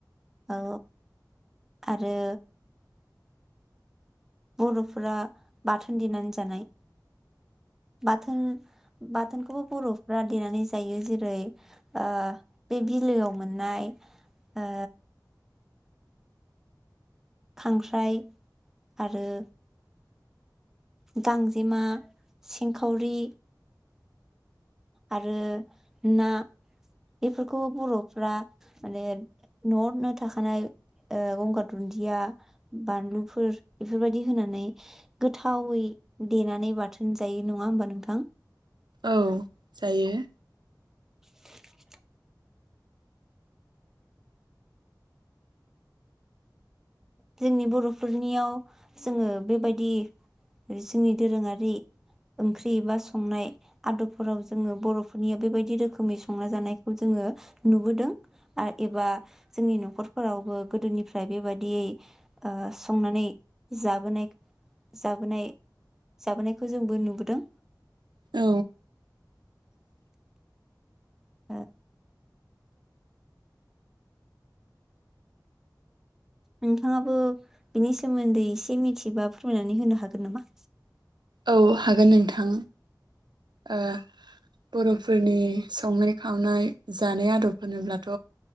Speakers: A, in the centre; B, on the right.
A: औ आरो बर'फोरा बाथोन दिनानै जानाय। बाथोन बाथोन खौबो बर'फ्रा देनानै जायो जेरै ओ बे बिलो आव मोननाय ओ खांख्राइ आरो गांजेमा सिं खावरि आरो ना बेफोरखौ बर'फ्रा माने न'आवनो थाखानाय गंगार दुन्दिया, बानलु फोर बेफोर बायदि होनानै गोथावै देनानै बाथोन जायो नङा होमबा नोंथां?
B: औ जायो।
A: <inaudible> जोंनि बर'फोर नियाव जोङो बेबायदि जोंनि दोरोङारि ओंख्रि एबा संनाय आदब फोराव जोङो बर' फोरनिया बेबायदि रोखोमै संना जानायखौ जोङो नुबोदों आरो एबा जोंनि न'खर फोरावबो गोदो निफ्राय बेबायदि ओ संनानै जाबोनाय जाबोनाय जाबोनायखौ जोंबो नुबोदों।
B: औ।
A: ओ। नोंथाङाबो बिनि सोमोन्दै एसे मिथिबा फोरमायनानै होनो हागोन नामा?
B: औ हागोन नोंथां। ओ बर' फोरनि संनाय खावनाय जानाय आदब होनोब्लाथ